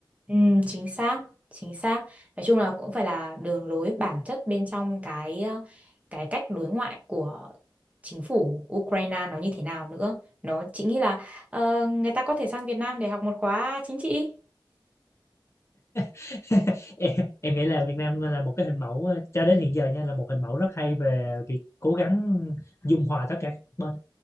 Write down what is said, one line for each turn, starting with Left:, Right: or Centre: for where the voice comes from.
Right: Ừ, chính xác, chính xác. Nói chung là cũng phải là đường lối bản chất bên trong cái ờ, cái cách đối ngoại của chính phủ Ukraine nó như thế nào nữa. Nó chính nghĩ là ờ, người ta có thể sang Việt Nam để học một khóa chính trị.
Left: <laughs> em, em nghĩ là Việt Nam là một cái hình mẫu ờ, cho đến hiện giờ nha là một hình mẫu rất hay về việc cố gắng dung hòa tất cả các bên